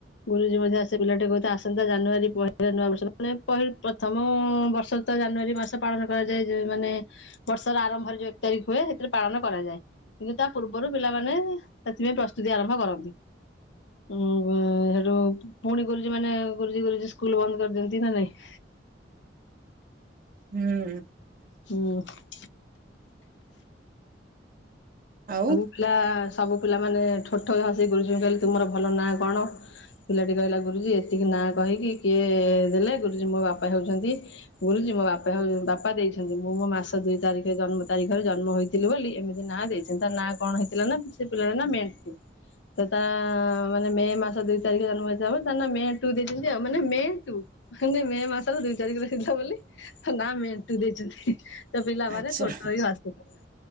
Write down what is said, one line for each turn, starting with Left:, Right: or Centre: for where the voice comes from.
Left: ଗୁରୁଜୀ <unintelligible> ଆସେ ପିଲାଟି କୋହୁଥାଏ ଆସନ୍ତା ଜାନୁଆରୀ। <unintelligible> ପ୍ରଥମ ବର୍ଷ ତ ଜାନୁଆରୀ ମାସ ପାଳନ କରାଯାଏ ମାନେ ବର୍ଷର ଆରମ୍ଭରେ ଯୋଉ ଏକ ତାରିକ ହୁଏ ହେଥିରେ ପାଳନ କରାଯାଏ। କିନ୍ତୁ ତା ପୂର୍ବରୁ ପିଲାମାନେ ସେଥିପାଇଁ ପ୍ରସ୍ତୁତି ଆରମ୍ଭ କରନ୍ତି। ହୁଁ ହୁଁ ହେଟୁ ପୁଣି ଗୁରୁଜୀ ମାନେ ଗୁରୁଜୀ ଗୁରୁଜୀ ସ୍କୁଲ ବନ୍ଦ କରିଦିଅନ୍ତି ନା ନାଇଁ?
Right: ହୁଁ
Left: ହୁଁ।
Right: ଆଉ
Left: ସବୁ ପିଲା ସବୁ ପିଲା ମାନେ ଠୋ ଠୋ କି ହସି କିଗୁରୁଜୀ ଙ୍କୁ କହିଲେ ତୁମର ଭଲ ନାଁ କଣ? ପିଲାଟି କହିଲା ଗୁରୁଜୀ ଏତିକି ନାଁ କହିକି କିଏ ଦେଲେ ଗୁରୁଜୀ ମୋ ବାପା ହେଉଛନ୍ତି ଗୁରୁଜୀ ମୋ ବାପା ବାପା ଦେଇଛନ୍ତି ମୁଁ ମୋ ମାସ ଦୁଇ ତାରିଖ ଜନ୍ମ ତାରିଖରେ ଜନ୍ମ ହୋଇଥିଲି ବୋଲି ଏମିତି ନାଁ ଦେଇ <unintelligible> ନାଁ କଣ ହେଇଥିଲା ନା ସେ ପିଲାଟା ନା ମେଣ୍ଟୁ। ତ ତା ମାନେ ମେ ମାସ ଦିଇ ତାରିଖ ଜନ୍ମ ହେଇ ମେ ଟୁ ଦେଇଛନ୍ତି ଆଉ ମାନେ ମେ ଟୁ। <unintelligible> ମେ ମାସର ଦୁଇ ଚାରିଖ ରେ ହେଇଥିଲା ବୋଲି ତା ନାଁ ମେଣ୍ଟୁ ଦେଇଚନ୍ତି। ତ ପିଲା ମାନେ
Right: ଆଚ୍ଛା
Left: ଠୋ ଠୋ ହେଇକି ହସିଲେ